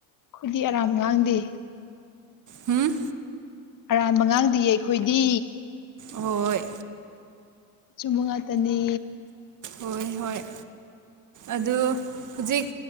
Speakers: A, on the left; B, on the right.
A: ꯈꯣꯏꯗꯤ ꯑꯔꯥꯟꯕ ꯉꯥꯡꯗꯦ
B: ꯍꯨꯝ
A: ꯑꯔꯥꯟꯕ ꯉꯥꯡꯗꯤꯌꯦ ꯑꯩꯈꯣꯏꯗꯤ
B: ꯍꯣꯏ
A: ꯑꯆꯨꯝꯕ ꯉꯥꯛꯇꯅꯦ
B: ꯍꯣꯢ ꯍꯣꯢ ꯑꯗꯨ ꯍꯧꯖꯤꯛ